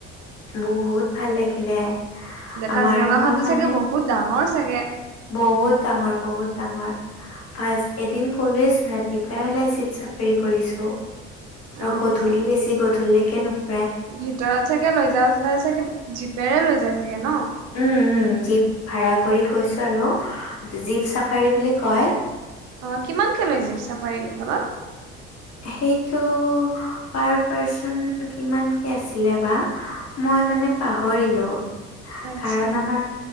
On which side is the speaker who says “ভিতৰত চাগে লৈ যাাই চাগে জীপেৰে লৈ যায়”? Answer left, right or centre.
Right